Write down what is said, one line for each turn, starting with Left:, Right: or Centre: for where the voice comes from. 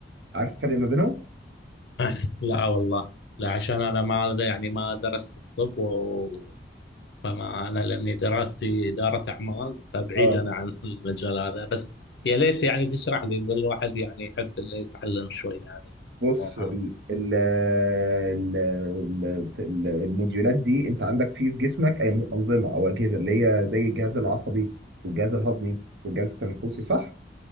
Right: عارف الفرق ما بينهم
Left: <clears throat> لا والله لا عشان أنا ما يعني ما درست الطب و... فما أنا لأني دراستي إدارة أعمال فبعيد
Right: اه
Left: أنا عن <laughs> المجال هذا بس يا ليت يعني تشرح لي الواحد يعني يحب إنه يتعلم شوي عن
Right: بص
Left: الموضوع
Right: ال
Left: هذا
Right: ال ال ال- ال- الموديولات دي انت عندك فيه في جسمك أي انظمه او اجهزه اللي هي زي الجهاز العصبي والجهاز الهضمي والجهاز التنفسي صح